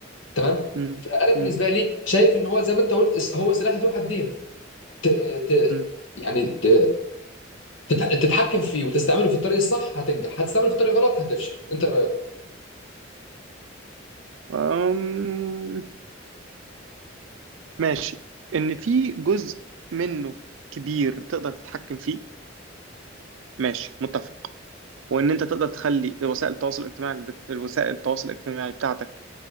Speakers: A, on the left; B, on the right.
A: تمام
B: امم
A: فانا بالنسبه
B: امم
A: لي شايف ان هو زي ما انت قلت اس- هو سلاح ذو حدين ت... ت...
B: أمم.
A: يعني ت... تت- تتحكم فيه وتستعمله في الطريق الصح هتنجح هتستعمله في الطريق غلط هتفشل انت إيه رايك
B: أمم. ماشي ان في جزء منه كبير تقدر تتحكم فيه ماشي متفق وان انت تقدر تخلي وسائل التواصل الاجتماعي بت- الوسائل التواصل الاجتماعي بتاعتك